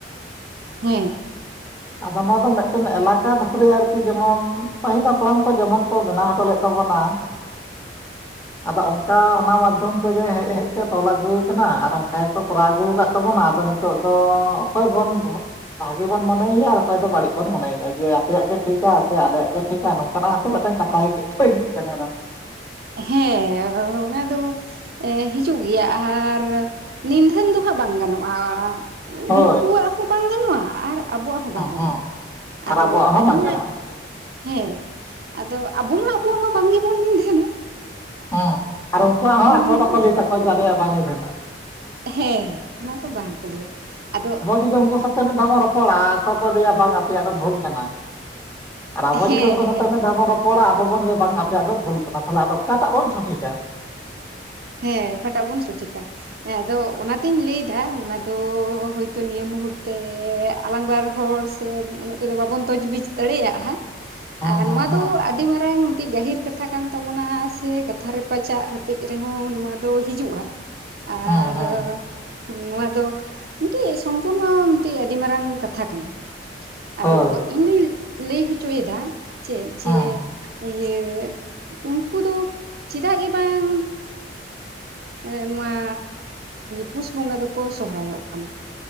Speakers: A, on the right; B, on the left.
A: ᱦᱮᱸ᱾
B: <inaudible> ᱟᱫᱚ ᱱᱚᱣᱟ ᱫᱚ ᱢᱮᱫᱴᱮᱱ ᱮᱞᱟᱠᱟ ᱫᱷᱚᱨᱮ ᱟᱹᱨᱠᱤ, ᱡᱮᱢᱚᱱ ᱯᱟᱹᱦᱤᱞ ᱦᱟᱯᱲᱟᱢ ᱠᱚ ᱡᱮᱢᱚᱱ ᱠᱚ ᱵᱮᱱᱟᱣ ᱦᱚᱴᱚ ᱞᱮᱫ ᱛᱟᱵᱚᱱᱟ᱾ ᱟᱫᱚ ᱚᱝᱠᱟ ᱚᱱᱟ ᱢᱟᱫᱽᱫᱷᱚᱢ ᱛᱮᱜᱮ ᱦᱮᱡ ᱦᱮᱡ ᱛᱮ ᱛᱚᱞ ᱟᱹᱜᱩ ᱟᱠᱟᱱᱟ ᱟᱨ ᱚᱝᱠᱟ ᱜᱮᱠᱚ ᱠᱚᱨᱟᱣ ᱟᱹᱜᱩ ᱟᱠᱟᱫ ᱛᱟᱵᱚᱱᱟ᱾ ᱟᱫᱚ ᱱᱤ ᱱᱤᱛᱚᱜ ᱫᱚ ᱚᱠᱚᱭ ᱵᱚᱱ ᱵᱚᱦᱚᱜ ᱵᱷᱟᱹᱜᱤ ᱵᱚᱱ ᱢᱚᱱᱮᱭ ᱮᱭᱟ ᱟᱨ ᱚᱠᱚᱭ ᱫᱚ ᱵᱟᱹᱲᱤᱡ ᱵᱚᱱ ᱢᱚᱱᱮᱭᱮᱭᱟ? ᱡᱮ ᱟᱯᱮᱭᱟᱜ ᱜᱮ ᱴᱷᱤᱠᱟ ᱥᱮ ᱟᱞᱮᱭᱟᱜ ᱜᱮ ᱴᱷᱤᱠᱟ, ᱱᱚᱝᱠᱟᱱᱟᱜ ᱦᱚᱛᱚ ᱢᱤᱫᱴᱟᱝ ᱠᱟᱛᱷᱟ ᱦᱤᱡᱩᱜ ᱛᱚ ᱦᱩᱭᱩᱜ ᱠᱟᱱᱟ ᱛᱚ᱾
A: ᱦᱮᱸ ᱚᱱᱟ ᱫᱚ ᱦᱤᱡᱩᱜ ᱜᱮᱭᱟ ᱟᱨ ᱱᱤᱫᱷᱟᱹᱱ ᱫᱚ ᱦᱟᱸᱜ ᱵᱟᱝ ᱜᱟᱱᱚᱜᱼᱟ,
B: ᱦᱳᱭ
A: ᱩᱱᱠᱩᱣᱟᱜ ᱦᱚᱸ ᱵᱟᱝ ᱜᱟᱱᱚᱜᱼᱟ ᱟᱨ ᱟᱵᱚᱣᱟᱜ ᱦᱚᱸ
B: ᱦᱮᱸ
A: ᱵᱟᱝ ᱜᱟᱱᱚᱜᱼᱟ
B: ᱦᱮᱸ
A: ᱟᱫᱚ
B: ᱟᱨ ᱟᱵᱚᱣᱟᱜ ᱦᱚᱸ
A: ᱟᱹᱞᱤᱧᱟᱜ
B: ᱵᱟᱝ ᱜᱟᱱᱚᱜᱼᱟ
A: ᱦᱮᱸ, ᱟᱫᱚ ᱟᱵᱚ ᱢᱟ ᱟᱵᱚᱣᱟᱜ ᱢᱟ ᱵᱟᱝ ᱜᱮᱵᱚᱱ ᱧᱤᱱᱫᱷᱟᱹᱱᱟ᱾
B: ᱦᱮᱸ ᱟᱨ ᱩᱝᱠᱩᱣᱟᱜ ᱦᱚᱸ ᱟᱠᱚ
A: ᱱᱤᱫᱷᱟᱹᱱᱟ
B: ᱵᱟᱠᱚ ᱞᱟᱹᱭ ᱛᱟᱠᱚᱣᱟ ᱡᱮ ᱟᱞᱮᱭᱟᱜ ᱵᱟᱝᱞᱮ ᱱᱤᱫᱷᱟ. ᱱᱟ᱾
A: ᱦᱮᱸ ᱚᱱᱟ ᱫᱚ ᱵᱟᱝ ᱠᱚ ᱞᱟᱹᱭᱟ, ᱟᱫᱚ
B: ᱠᱩ ᱜᱟᱝᱠᱚ ᱥᱟ ᱛᱚ ᱢᱤᱫᱷᱟᱣ ᱵᱚᱱ ᱨᱚᱯᱚᱲᱟ, ᱟᱠᱚ ᱠᱚ ᱞᱟᱹᱭᱟ ᱵᱟᱝ ᱟᱯᱮᱭᱟᱜ ᱫᱚ ᱵᱷᱩᱞ ᱠᱟᱱᱟ᱾ ᱟᱨ ᱟᱵᱚ
A: ᱦᱮᱸ
B: ᱡᱩᱫᱤ ᱩᱱᱠᱩ ᱥᱟᱛᱮᱜ
A: ᱦᱮᱸ
B: ᱢᱮᱱ ᱫᱷᱟᱣ ᱟᱵᱚᱵᱚᱱ ᱞᱟᱹᱭᱟ ᱵᱟᱝ ᱟᱯᱮᱭᱟᱜ ᱫᱚ ᱵᱷᱩᱞ ᱠᱟᱱᱟ, ᱛᱟᱦᱚᱞᱮ ᱟᱫᱚ ᱚᱠᱟᱴᱟᱜ ᱵᱚᱱ ᱥᱚᱴᱷᱤᱠᱟ?
A: ᱦᱮᱸ, ᱚᱠᱟᱴᱟᱜ ᱵᱚᱱ ᱥᱚᱴᱷᱤᱠᱟ? ᱦᱮᱸ, ᱟᱫᱚ ᱚᱱᱟᱛᱤᱧ ᱞᱟᱹᱭ ᱮᱫᱟ, ᱚᱱᱟ ᱫᱚ ᱦᱚᱭᱼᱛᱚ ᱱᱤᱭᱟᱹ ᱢᱩᱦᱩᱨ ᱛᱮ ᱟᱞᱟᱝ ᱵᱟᱨ ᱦᱚᱲ ᱥᱮ ᱩᱱᱟᱹᱜ ᱛᱮᱫᱚ ᱵᱟᱵᱚᱱ ᱛᱚᱡᱽ ᱵᱤᱡ ᱫᱟᱲᱮᱭᱟᱜᱼᱟ,
B: ᱦᱮᱸ
A: ᱟᱨ
B: ᱦᱮᱸ
A: ᱱᱚᱣᱟ
B: ᱦᱮᱸ
A: ᱫᱚ ᱟᱹᱰᱼᱼ ᱟᱹᱰᱤ ᱢᱟᱨᱟᱝ ᱢᱤᱫᱴᱤᱡ ᱜᱟᱹᱦᱤᱨ ᱠᱟᱛᱷᱟ ᱠᱟᱱ ᱛᱟᱵᱚᱱᱟ ᱥᱮ ᱠᱟᱛᱷᱟ ᱨᱮᱯᱟᱪᱟᱜ ᱨᱮᱯᱮᱡ ᱛᱮᱦᱚᱸ ᱱᱚᱣᱟ ᱫᱚ ᱦᱤᱡᱩᱜᱼᱟ ᱟᱨ
B: ᱦᱮᱸ ᱦᱮᱸ
A: ᱱᱚᱣᱟ ᱫᱚ ᱢᱤᱫᱴᱤᱡ ᱥᱚᱢᱯᱩᱨᱱᱚ ᱢᱤᱫᱴᱮᱱ ᱟᱹᱰᱤ ᱢᱟᱨᱟᱝ ᱠᱟᱛᱷᱟ ᱠᱟᱱᱟ᱾ ᱟᱫᱚ
B: ᱦᱳᱭ
A: ᱤᱧ ᱫᱩᱧ ᱞᱟᱹᱭ ᱦᱚᱪᱚᱭ ᱮᱫᱟ ᱪᱮᱫ
B: ᱦᱮᱸ
A: ᱡᱮ ᱤᱭᱟᱹ ᱩᱱᱠᱩ ᱫᱚ ᱪᱮᱫᱟᱜ ᱜᱮ ᱵᱟᱝ ᱦᱮᱸ ᱱᱚᱣᱟ ᱯᱩᱥ ᱵᱚᱸᱜᱟ ᱫᱚᱠᱚ ᱥᱚᱦᱨᱟᱭᱚᱜ ᱠᱟᱱᱟ?